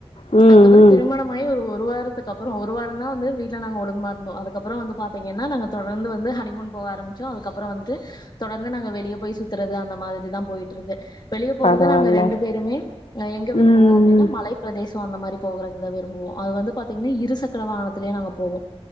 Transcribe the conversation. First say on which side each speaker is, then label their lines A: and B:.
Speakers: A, on the left; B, on the left.
A: ம்
B: அதுக்கப்புறோ
A: ம்
B: திருமணமாயி ஒரு ஒரு ஒரு வாரத்துக்கு அப்புறோ ஒரு வாரம் தா வந்து வீட் நாங்க ஒழுங்கமா இருந்தோம் அதுக்கப்புறோ வந்து பாத்தீங்கன்னா நாங்க தொடர்ந்து வந்து ஹனிமூன் போக ஆரமிச்சோ அதுக்கப்புறோ வந்துட்டு தொடர்ந்து நாங்க வெளியே போய் சுத்துறது அந்த மாரிதா போயிட்டு இருக்கு. வெளியே போறது
A: பரவால்ல
B: நாங்க ரெண்டு பேருமே, எங்க விரும்புவோ
A: ம்
B: அப்டின்னு
A: ம்
B: மலை. சோ அந்த மாரி போகறதுதா விரும்புவோ, அது வந்து பாத்தீங்கன்னா இரு சக்கர வாகனத்திலயே நாங்க போவோ